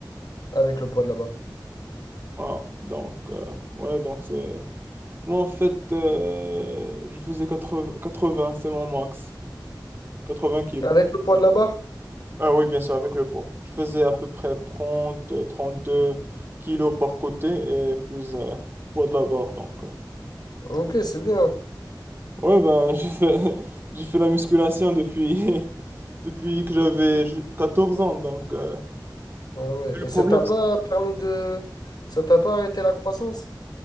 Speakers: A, on the left; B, on the right.
A: avec le poids de la barre.
B: Ah, donc, euh, ouais, donc c'est. Moi, en fait, euh, je faisais 80, 80, c'est mon max. 80 kilos.
A: Avec le poids de la barre?
B: Ah oui, bien sûr, avec le poids. Je faisais à peu près 30, euh, 32 kilos par côté et plus euh, le poids de la barre. Donc, euh.
A: Ok, c'est bien.
B: ouais, ben, <laughs> j'ai fait, j'ai fait la musculation depuis, <laughs> depuis que j'avais ju- 14 ans. Donc, euh,
A: Ouais, ouais.
B: le
A: Et
B: problème,
A: ça t'a pas
B: c'est-
A: permis de... Ça t'a pas arrêté la croissance?